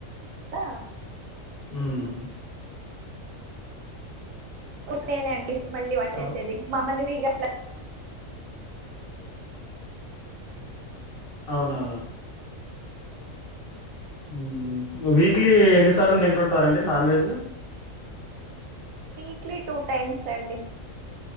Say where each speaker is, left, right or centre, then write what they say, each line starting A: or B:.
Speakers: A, on the right; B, on the left.
A: ఆ
B: ఊమ్
A: నేనే అండి మళ్ళీ వంటేసేది
B: అవ్
A: మమ్మల్ని రి గట్లా
B: అవునా ఉమ్ వీక్లీ ఎన్ని సార్లు తింటుంటారండి non veg
A: weekly two times అండి